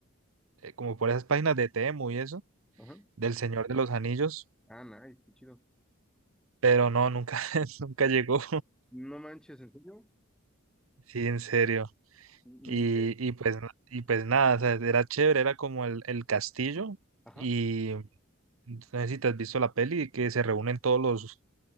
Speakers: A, on the right; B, in the centre.
A: eh, como por esas páginas de Temu y eso,
B: ajá.
A: del Señor de los Anillos,
B: Ah, nice, qué chido.
A: Pero no, nunca, <laughs> nunca llegó.
B: No manches, ¿en serio?
A: Sí, en serio.
B: Y,
A: Y,
B: y-
A: y pues, na- y pues nada, o sea, era chévere, era como el, el castillo.
B: ajá,
A: Y no sé si te has visto la peli, que se reúnen todos los,